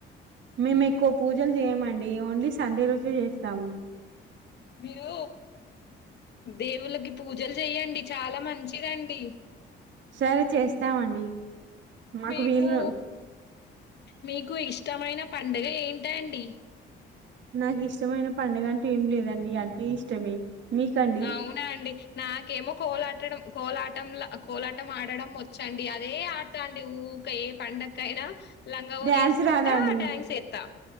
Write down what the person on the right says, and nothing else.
మేము ఎక్కువ పూజలు జేయమండి, ఓన్లీ సండే రోజే ఏస్తాము.
సరే చేస్తామండి మాకు
వీలు
నాకు ఇష్టమైన పండుగ అంటే ఏమి లేదండి అన్నీ ఇష్టమే మీకండి
డ్యాన్స్
రాదా అండి మీకు